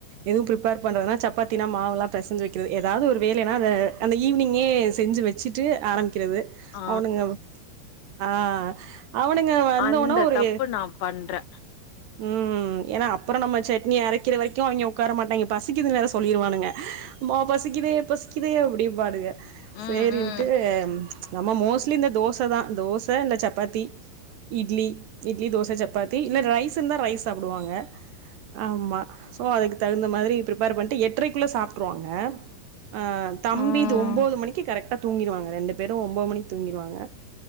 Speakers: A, on the right; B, on the left.
A: எதும் பிரிப்பேர் பண்றதுனா சப்பாத் தினா மாவெல்லா பெசஞ்சி வைக்கிறது ஏதாது ஒரு வேலனா அத அந்த ஈவினிங்கே செஞ்சு வச்சிட்டு ஆரம்பி க்கிறது
B: ஆ
A: அவனுங்க ஆ அவனுங்க வந்தோனா
B: அந்த
A: ஒரு
B: தப்பு நா பண்றே
A: ம் ஏனா அப்பறோ நம்ம சட்னி அரக்கிற வரைக்கு அவிங்க உக்கார மாட்டாங்க பசிக்குதுனு வேற சொல்லிருவானுங்க அம்மா பசிக்கிதே பசிக்கிதே அப்டிம்பானுங்க சேரின்ட்டு
B: ம் ம்
A: நம்ம மோஸ்ட்லி இந்த தோசதா தோச இல்ல சப்பாத்தி இட்லி இட்லிதோச சப்பாத்தி இல்ல ரைஸ் இருந்தா ரைஸ் சாப்டுவாங்க ஆமா சோ அதுக்கு தகுந்த மாரி பிர்ப்பேர் பண் ட்டு எட்டரைக்குள்ள சாப்ட்ருவாங்க அ தம்பி
B: ம்
A: இது ஒம்போது மணிக்கு கரெக்ட் டா தூங்கிடுவாங்க ரெண்டு பேரு ஒம்போது மணிக்கு தூங்கிடுவாங்க